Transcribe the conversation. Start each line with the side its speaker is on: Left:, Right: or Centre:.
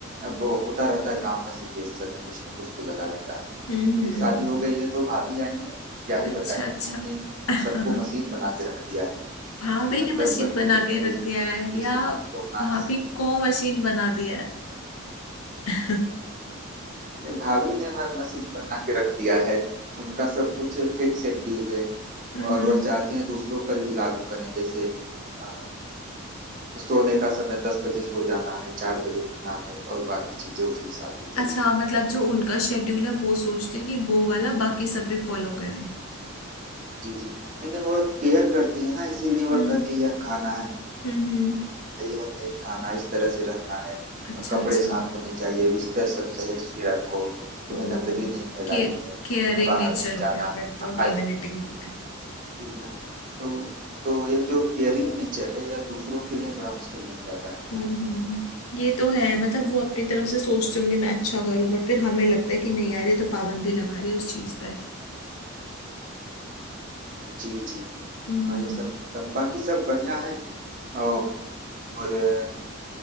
Right: अब वो होता रहता है गांव का सिचुएशन है कुछ ना कुछ तो लगा रहता है
Left: हम्म
Right: अभी शादी हो गई है तो भाभी आई है क्या
Left: अच्छा
Right: ही बताएं
Left: अच्छा
Right: उन्होंने
Left: <laughs>
Right: सबको मशीन बना के रख दिया है
Left: भाभी
Right: मतलब
Left: ने मशीन बना
Right: इतने
Left: के रख
Right: बजे
Left: दिया है या
Right: इसको तोड़ना
Left: भाभी
Right: है
Left: को मशीन बना दिया है <laughs>
Right: ये भाभी ने वह मशीन बना के रख दिया है उनका सब कुछ फिक्स शेड्यूल है
Left: हम्म
Right: और वह चाहती हैं दूसरों पर भी लागू करें जैसे अ, सोने का समय दस बजे सो जाना है चार बजे उठना है और बाकी चीजें उसी हिसाब से चल
Left: अच्छा
Right: रही
Left: हाँ, मतलब
Right: हैं
Left: जो उनका शेड्यूल है वो सोचते हैं कि वो वाला बाकी सब भी फॉलो करें
Right: जी जी नहीं नहीं वह केयर करती है ना इसीलिए
Left: हम्म
Right: वह कहती है यह खाना है
Left: हम्म हम्म।
Right: यह नहीं खाना इस तरह से रहना है
Left: अच्छा
Right: कपड़े
Left: अच्छा
Right: साफ होने चाहिए बिस्तर सब सहेज के रखो तुम्हें
Left: ओ
Right: गंदगी नहीं फैलानी
Left: के
Right: है तुम्हें
Left: केयरिंग
Right: बाहर
Left: नेचर
Right: नहीं
Left: हो
Right: जाना
Left: गया फिर तो डोमिनेटिंग
Right: ऐसे
Left: नहीं है
Right: ही जा तो तो यह जो केयरिंग नेचर है यह दूसरों के लिए थोड़ा मुश्किल बन जाता है
Left: हम्म
Right: ना
Left: हम्म। ये तो है मतलब वो अपनी तरफ से
Right: जी
Left: सोचती होंगी मैं अच्छा करूं बट फिर हमें लगता है कि नहीं यार ये तो पाबंदी लगा रही है उस चीज पर
Right: जी जी
Left: हम्म
Right: हाँ यह सब दम- बाकी सब बढ़िया है और, और अ,